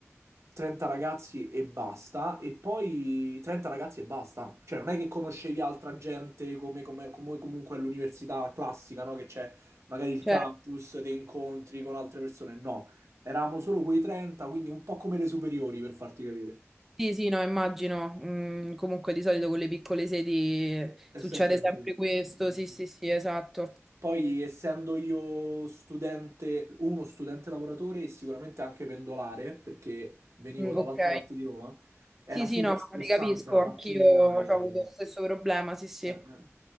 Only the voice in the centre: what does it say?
Cioè,
sì, sì, no, immagino. Mm, comunque di solito con le piccole sedi
succede
sempre
questo,
sì, sì, sì, esatto.
Mm,
ok.
Sì, sì,
no,
ma ti capisco,
anch'io
ho
avuto lo stesso problema, sì, sì.